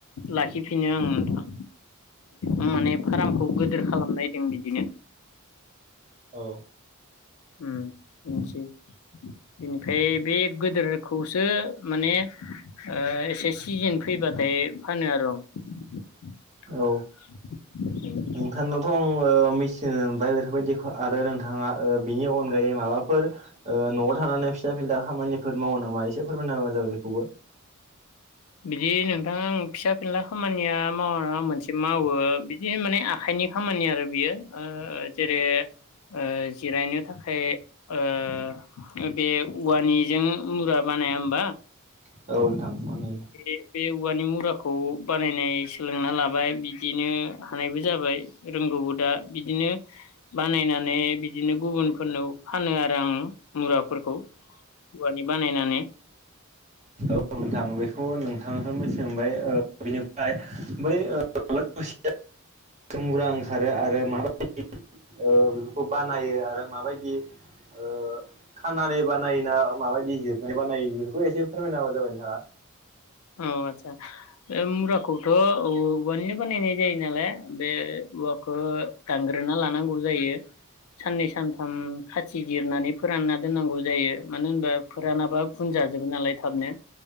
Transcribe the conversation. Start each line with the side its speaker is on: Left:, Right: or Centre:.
Left: लाखिफिनो आं नोंथां। आं माने फारामखौ गोदोर खालामनायदों बिदिनो।
Right: औ
Left: उम मिन्थियो। बेनिफ्राय बे गोदोरखौसो माने ओ एसे सिजेन फैबा थेय फानो आर' <unintelligible>
Right: औ नोंथांनावथ' आं ओ मेचन ओमफाय बेफोरबायदि आरो नोंथाङा ओ बिनि अनगायै माबाफोर ओ न'आव थानानै फिसा फिनला खामानिफोर मावो नामा एसे फोरमायना होबा जाबाय बिखौबो।
Left: बिदि नोंथां आं फिसा फिनला खामानिया मावा नङा मोनसे मावो बिदि माने आखाय नि खामानि आरो बियो ओ जेरै ओ जिरायनो थाखाय ओ बे उवानिजों मुरा बा नाया होमबा?
Right: औ नोंथां अननायो
Left: बे-बे उवानि मुराखौ बानायनाय सोलोंना लाबाय बिदिनो हानायबो जाबाय रोंगौ दा बिदिनो बानायनानै बिदिनो गुबुनफोरनौ फानो आरो आङो मुराफोर खौ उवानि बानायनानै।
Right: औ नोंथां बेखौ नोंथाङनिफ्राय मिथि मोनबाय ओ बिनिफ्राय बै <unintelligible> <inaudible> ओंखारो आरो मा
Left: <inaudible>
Right: ओ बिफोरखौ बानायो आरो माबायदि ओ खानानै बानायोना माबायदि जिरनै बानायो बेफोरखौ एसे फोरमायना होबा जाबाय नोंथाङा।
Left: औ आतसा बे मुरखौथ' औवानि बानायनाय जायो नालाय बे उवाखो दानग्रोना लानांगौ जायो। साननै सानथाम खाथि जिरनानै फोरानना दोननांगौ जायो मानो होनबा फोरानाबा गुन जाजोबो नालाय थाबनो